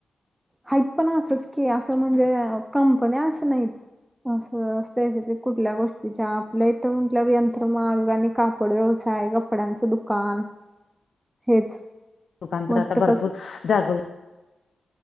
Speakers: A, on the right; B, on the left.
A: हाइत पण असंच की असं म्हणजे कंपन्या असं नाहीत. असं स्पेसिफिक कुठल्या गोष्टीच्या आपल्या इथं म्हटल्या यंत्रमाग आणि कापड व्यवसाय कपड्यांचं दुकान हेच.
B: दुकान
A: मग
B: तर आता
A: त कसं
B: भरपूर जागोजा